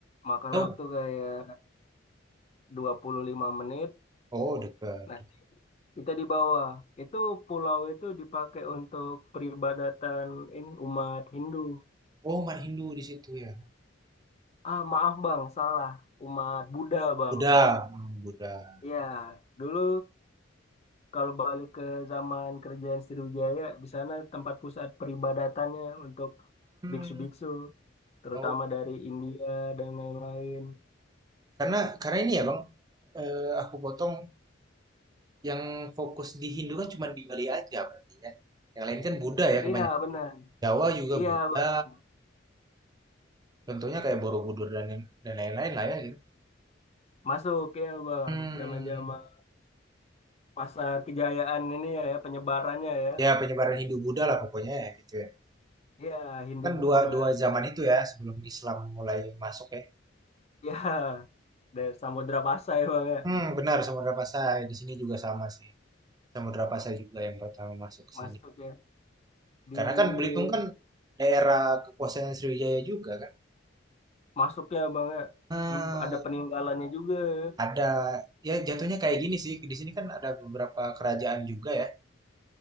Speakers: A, on the left; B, on the right.
A: Makan
B: jauh.
A: waktu kayak 25 menit.
B: Oh, dekat.
A: Nah, kita di bawah. Itu pulau itu dipakai untuk peribadatan ini umat Hindu.
B: Oh, Mat Hindu di situ ya.
A: Ah, maaf, Bang, salah. Umat Buddha, Bang.
B: Buddha, Hmm, Buddha.
A: Iya, dulu kalau balik ke zaman kerajaan Sriwijaya, di sana tempat pusat peribadatannya untuk
B: Hmm.
A: biksu-biksu, terutama
B: Oh,
A: dari India dan lain-lain.
B: karena karena ini ya Bang, eh, aku potong yang fokus di Hindu kan cuma di Bali aja berarti ya. Yang lain kan Buddha ya
A: Iya
B: kebanyakan.
A: benar.
B: Jawa juga
A: Iya
B: Buddha.
A: Bang.
B: Contohnya kayak Borobudur dan dan lain-lain lah ya gitu.
A: masuk ya bang.
B: Hmm.
A: Zaman-zaman masa kejayaan ini ya, ya penyebarannya ya.
B: Ya penyebaran Hindu Buddha lah pokoknya ya gitu ya.
A: Iya Hindu
B: Kan
A: Buddha.
B: dua dua
A: <laughs>
B: zaman itu ya sebelum Islam mulai masuk ya.
A: Iya dari Samudra Pasai bang ya.
B: Hmm, benar Samudra Pasai. Di sini juga sama sih. Samudra Pasai juga yang pertama masuk ke
A: Masuk
B: sini.
A: ya di
B: Karena kan Belitung kan daerah kekuasaan Sriwijaya juga kan.
A: masuknya bang ya.
B: Hmm,
A: Ada peninggalannya juga. ya.
B: ada ya jatuhnya kayak gini sih. Di sini kan ada beberapa kerajaan juga ya.